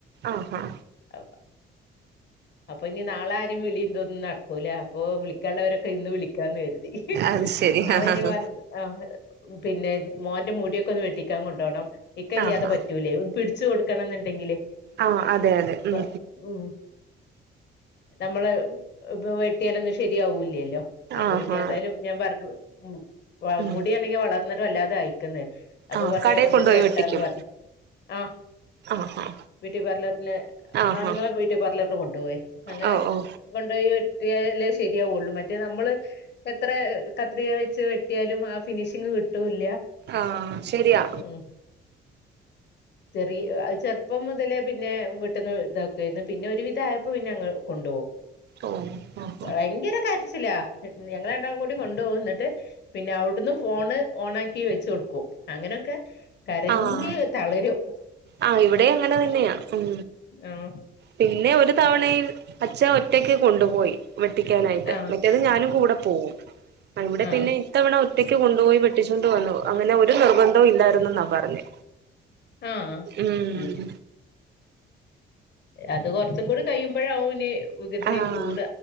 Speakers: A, on the right; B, on the left.
A: ആഹാ
B: അ അപ്പൊ ഇനി നാളെ വിളി ഇതൊന്നും നട്ക്കൂല അപ്പോ വിളിക്കേണ്ടവരൊക്കെ ഇന്ന് വിളിക്കാന്ന് കരുതി
A: അത് ശരി
B: നാളെനി
A: ആഹ്
B: വന്ന് ആ പിന്നെ മോന്റെ മുട്യൊക്കൊന്ന് വെട്ടിക്കാൻ കൊണ്ടോണം ഇക്കെല്ല്യാതെ
A: ആഹാ
B: പറ്റൂലേ പിടിച്ചു കൊടുക്കണന്നുണ്ടെങ്കില്
A: ആഹ് അതെ അതെ ഉം
B: മ ഉം നമ്മള് ഇപ്പ വെട്ട്യാലൊന്നും ശരിയാവൂല്ല്യല്ലോ അപ്പൊ
A: ആഹാ
B: പിന്നെ ഏതായാലും ഞാൻ പർഞ്ഞു ഏ
A: ഉം
B: മുട്യാണെങ്കി വളർന്നിട്ട് വല്ലാതെ ആയിക്കിന്ന് അപ്പൊ
A: ആഹ്
B: പർഞ്ഞാ
A: കടേ
B: വന്നിട്ട്
A: കൊണ്ടുപോയി
B: വെട്ടിന്ന്
A: വെട്ടിക്കും
B: പർഞ്ഞ് ആഹ്
A: ആഹാ
B: ബ്യൂട്ടി പാർലർ പിന്ന
A: ആഹാ
B: ആണിങ്ങളെ ബ്യൂട്ടി പാർലർല് കൊണ്ടോവേ അങ്ങനെ
A: ഓ ഓ
B: കൊണ്ടേയി വെട്ട്യാലെ ശരിയാവുള്ളൂ മറ്റെ നമ്മള് എത്ര കത്രിക വച്ച് വെ ട്ട്യാലും ആ ഫിനിഷിങ് കിട്ടൂല്ല
A: ആഹ് ശരിയാ
B: ഉം ചെറി അ ചെർപ്പം മുതലേ പിന്നെ വീട്ടിന്ന് ഇതാ ഏന്ന് പിന്നെ ഒരു വിധായപ്പോ പിന്നങ്ങൾ കൊണ്ടോവും
A: ഓ ആഹാ
B: ഭയ്ങ്കര കരച്ചിലാ ഞങ്ങള് രണ്ടാളും കൂടി കൊണ്ടോവും ഇന്നിട്ട് പിന്നെ അവ്ടുന്നും ഫോണ് ഓണാക്കി വെച്ചൊട്ക്കും അങ്ങനൊക്കെ കരഞ്ഞ്
A: ആഹ്
B: തളരും
A: ആഹ് ഇവിടീം അങ്ങനെ തന്ന്യാ ഉം
B: ആഹ്
A: പിന്നെ ഒരു തവണേൽ അച്ഛൻ ഒറ്റക്ക് കൊണ്ടുപോയി വെട്ടിക്കാനായിട്ട്
B: ആഹ്
A: മറ്റേത് ഞാനും കൂടെ പോവും
B: ആഹ്
A: ഇവിടെ പിന്നെ ഇത്തവണ ഒ ഒറ്റക്ക് കൊണ്ടുപോയി വെട്ടിച്ചോണ്ട് വന്നു അങ്ങനെ ഒരു നിർബന്ധോം ഇല്ലാരുന്നെന്നാ പറഞ്ഞേ
B: ആഹ് ആഹ്
A: ഉം
B: ഈ അത് കൊർച്ചും കൂടി കഴിയുമ്പോഴാവോന് വികൃതി
A: ആഹ്
B: കൂട